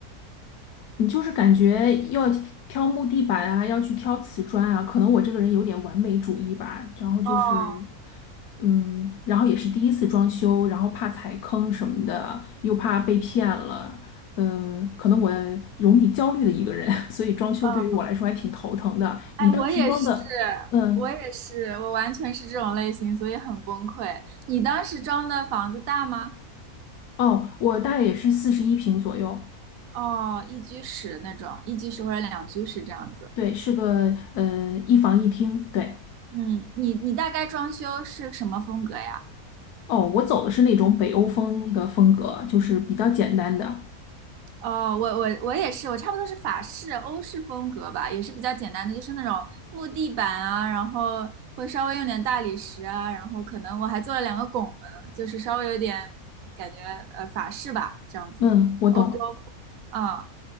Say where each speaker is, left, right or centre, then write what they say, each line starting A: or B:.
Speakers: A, on the left (about 80°); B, on the right (about 65°).
A: 你就是感觉要挑木地板啊，要去挑瓷砖啊，可能我这个人有点完美主义吧。然后就是，
B: 哦，
A: 嗯，然后也是第一次装修，然后怕踩坑什么的，又怕被骗了，嗯，可能我容易焦虑的一个人，<laughs> 所以装修对于我来说还挺头疼的。
B: 呃，哎，
A: 你当时装的，
B: 我也是，
A: 嗯，
B: 我也是，我完全是这种类型，所以很崩溃。你当时装的房子大吗？
A: 哦，我大概也是四十一平左右，
B: 哦，一居室那种，一居室或者两居室这样子。
A: 对，是个呃一房一厅，对。
B: 嗯，你你大概装修是什么风格呀？
A: 哦，我走的是那种北欧风的风格，就是比较简单的。
B: 哦，我我我也是，我差不多是法式、欧式风格吧，也是比较简单的，就是那种木地板啊，然后会稍微用点大理石啊，然后可能我还做了两个拱门，就是稍微有点感觉呃法式吧，这样子，
A: 嗯，我懂。
B: 欧洲风，嗯，